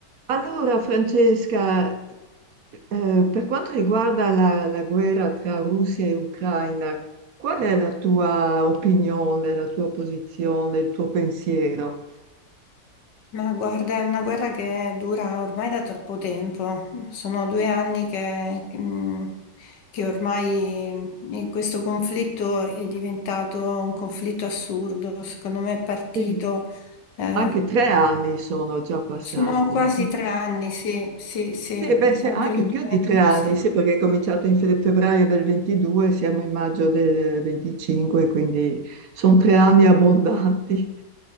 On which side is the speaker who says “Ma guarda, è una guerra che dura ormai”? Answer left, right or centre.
Left